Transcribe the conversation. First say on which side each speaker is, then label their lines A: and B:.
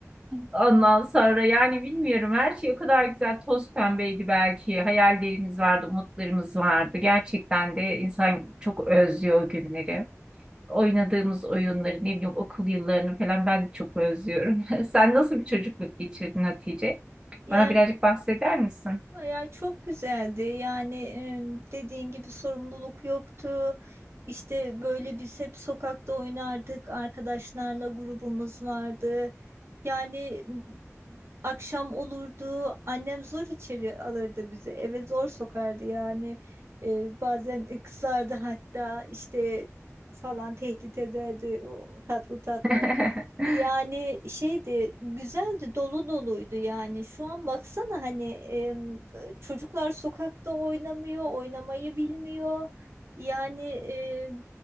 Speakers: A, on the right; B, on the right.
A: Ondan sonra yani bilmiyorum her şey o kadar güzel toz pembeydi belki. Hayallerimiz vardı, umutlarımız vardı. Gerçekten de insan çok özlüyor o günleri oynadığımız oyunları, ne bileyim okul yıllarını falan ben de çok özlüyorum. <laughs> Sen nasıl bir çocukluk geçirdin Hatice?
B: Yani
A: Bana birazcık bahseder misin?
B: Ay, ay, çok güzeldi. Yani e, dediğin gibi sorumluluk yoktu. İşte böyle biz hep sokakta oynardık. Arkadaşlarla grubumuz vardı. Yani m, akşam olurdu. Annem zor içeri alırdı bizi. Eve zor sokardı yani. E, bazen kızardı hatta işte falan tehdit ederdi o tatlı tatlı.
A: <laughs>
B: Yani şeydi güzeldi dolu doluydu yani şu an baksana hani em, çocuklar sokakta oynamıyor oynamayı bilmiyor yani em,